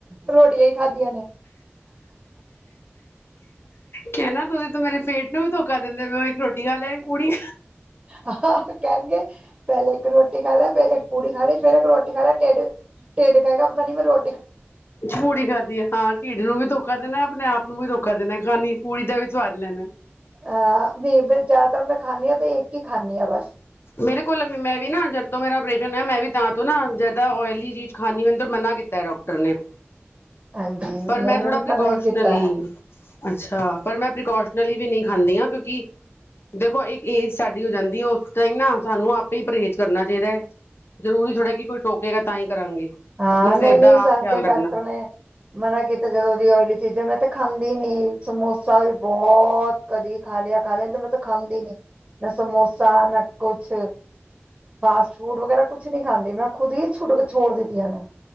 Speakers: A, on the right; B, on the left.
A: ਰੋਟੀਆਂ ਹੀ ਖਾਧਿਆਂ ਨੇਂ।
B: ਕਹਿਣਾਂ ਤੁਸੀਂ ਤਾਂ ਮੇਰੇ ਪੇਟ ਨੂੰ ਵੀ ਧੋਖਾਂ ਦਿੰਦੇਂ ਪਏ ਹੋ। ਇੱਕ ਰੋਟੀ ਖਾ ਲੈ ਇੱਕ ਪੂੜੀ,
A: ਆਹ ਆਹ ਕਹਿਣਗੇ। ਪਹਿਲੇ ਇੱਕ ਰੋਟੀ ਖਾ ਲੈ, ਫੇਰ ਇੱਕ ਪੂੜੀ ਖਾ ਲਈ ਫੇਰ ਇੱਕ ਰੋਟੀ ਖਾ ਲੈ, ਢਿੱਡ- ਢਿੱਡ ਕਹੇਂਗਾ ਪਤਾਂ ਨੀਂ ਮੈਂ ਰੋ
B: ਪੂੜੀ ਖਾਧੀ ਆ, ਹਾਂ। ਢਿੱਡ ਨੂੰ ਵੀ ਧੋਖਾਂ ਦੇਣਾਂ। ਆਪਣੇਂ ਆਪ ਨੂੰ ਵੀ ਧੋਖਾਂ ਦੇਣਾਂ। ਖਾਣੀਂ ਪੂੜੀ ਦਾ ਵੀ ਸਵਾਦ ਲੈਣਾਂ।
A: ਅਹ ਨਹੀਂ ਫੇਰ ਜ਼ਿਆਦਾਤਰ ਮੈਂ ਖਾਂਦੀ ਹਾਂ ਤੇ ਇੱਕ ਹੀ ਖਾਂਦੀ ਹਾਂ ਬਸ।
B: ਮੇਰੇ ਕੋਲ਼ ਵੀ ਮੈਂ ਵੀ ਨਾ ਜਦ ਤੋਂ ਮੇਰਾ ਅਪ੍ਰੇਸ਼ਨ ਹੋਇਆ। ਮੈਂ ਵੀ ਤਾਂ ਤੋਂ ਨਾ ਜ਼ਿਆਦਾ ਓਇਲੀ ਚੀਜ਼ ਖਾਂਨੀ, ਮੈਂਨੂੰ ਤਾਂ ਮਨਾਂ ਕੀਤਾਂ ਡਾਕ- ਟਰ ਨੇਂ
A: ਹਾਂਜੀ
B: ਪਰ ਮੈਂ
A: ਮੈਨੂੰ
B: ਥੋੜਾ
A: ਵੀ
B: ਪ੍ਰਿਕੋਸ਼ਨਲੀ।
A: ਮਨਾ ਹੀ ਕੀਤਾ ਹੈ
B: ਅੱਛਾ ਪਰ ਮੈਂ ਪ੍ਰੀਕੋਸ਼ਨਲੀ ਵੀ ਨਹੀ ਖਾਂਦੀ ਹਾਂ, ਕਿਉਂਕਿ ਦੇਖੋਂ ਇੱਕ ਏਜ ਸ਼ਾਡੀ ਹੋ ਜਾਂਦੀ। ਉਹ ਫੇਰ ਨਾ ਸਾਂਨੂੰ ਆਪੇ ਹੀ ਪਰਹੇਜ਼ ਕਰਨਾਂ ਚਾਹੀਂਦਾ ਹੈਂ। ਜ਼ਰੂਰੀ ਥੋੜਾ ਕਿ ਕੋਈ ਟੋਕੇਗਾ ਤਾਂ ਹੀ ਕਰਾਂਗੇ।
A: ਹਾਂ
B: ਆਪਣੀ ਸਿਹਤ
A: ਨਹੀਂ- ਨਹੀਂ
B: ਦਾ
A: ਸਾਂਨੂੰ
B: ਆਪ ਖਿਆਲ
A: ਤੇ
B: ਰੱਖਣਾ
A: ਡਾਕਟਰ ਨੇਂ। ਮਨਾਂ ਕੀਤਾ ਜਦੋਂ ਦੀ ਓਇਲੀ ਚੀਜ਼ਾਂ, ਮੈਂ ਤਾਂ ਖਾਂਦੀ ਨੀਂ ਸਮੋਸਾ ਵੀ ਬਹਓ ਤ। ਕਦੀਂ ਖਾਂ ਲ਼ਿਆ, ਖਾ ਲ਼ਿਆ, ਨਹੀਂ ਤਾਂ ਮੈਂ ਖਾਂਦੀ ਨੀਂ, ਨਾ ਏਹ ਸਮੋਸਾ ਨਾ ਕੁੱਛ। ਫਾਸਟ ਫੂਡ ਵਗ਼ੈਰਾ ਕੁੱਛ ਨੀਂ ਖਾਂਦੀ, ਮੈਂ ਖ਼ੁਦ ਹੀ ਛੁਡਕ ਛੋਡ ਦਿੱਤੀਆਂ ਨੇ।